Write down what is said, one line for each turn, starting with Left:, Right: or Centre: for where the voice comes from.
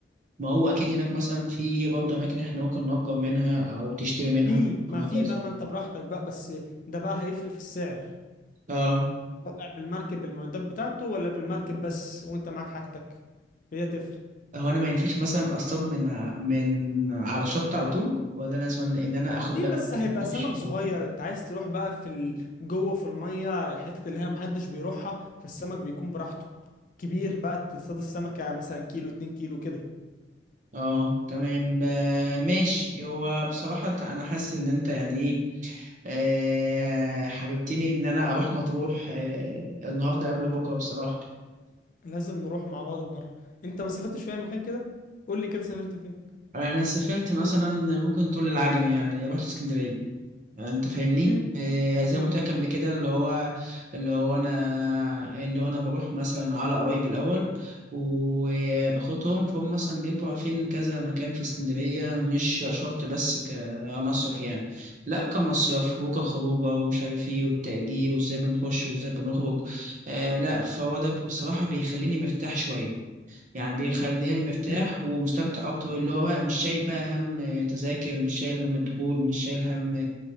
Right: ما هو اكيد هناك مثلا في برضه اماكن احنا ممكن نأجر منها او تشتري منها
Left: في ما
Right: وهكذا
Left: في بقى ما انت براحتك بقى بس ده بقى هيفرق في السعر
Right: اه
Left: طالع بالمركب بالمعدات بتاعته ولا بالمركب بس وانت معاك حاجتك هي تفرق
Right: هو انا ما ينفعش مثلا اصطاد من من على الشط على طول ولا لازم ان انا اخد
Left: في
Right: بقى
Left: بس
Right: مركب
Left: هيبقى
Right: واخش
Left: سمك
Right: جوه
Left: صغير انت عايز تروح بقى في ال... جوه في الميه الحته اللي هي محدش بيروحها فالسمك بيكون براحته كبير بقى تصطاد السمكه مثلا كيلو اتنين كيلو كده
Right: اه تمام ب- ماشي هو بصراحة أنت- انا حاسس ان انت يعني ايه آه، حببتني ان انا اروح مطروح آه، النهارده قبل بكره بصراحة
Left: لازم نروح مع بعض في مره انت ما سافرتش في اي مكان كده قول لي كده سافرت فين
Right: انا سافرت مثلا ممكن تقول العجمي يعني رحت اسكندرية انت فاهمني
Left: امم
Right: إيه زي
Left: امم
Right: ما قلت لك قبل كده اللي هو اللي هو انا اللي هو انا بروح مثلا على قرايب الاول وباخدهم فهم مثلا بيبقوا عارفين كذا مكان في اسكندريه مش شرط بس كمصيف يعني لا كمصيف وكخروجه ومش عارف ايه والتأجير وازاي بنخش وازاي بنخرج آه لا فهو ده بصراحه بيخليني مرتاح شويه يعني بيخليني مرتاح
Left: امم
Right: ومستمتع اكتر اللي هو بقى مش شايل بقى هم تذاكر مش شايل هم الدخول مش شايل هم